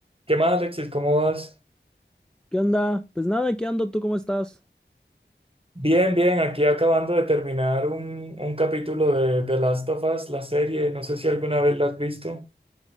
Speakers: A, on the right; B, in the centre.
A: ¿Qué más, Alexis? ¿Cómo vas?
B: ¿Qué onda? Pues nada, ¿qué ando? ¿Tú cómo estás?
A: Bien, bien, aquí acabando de terminar un, un capítulo de, de Last of Us, la serie, no sé si alguna vez la has visto.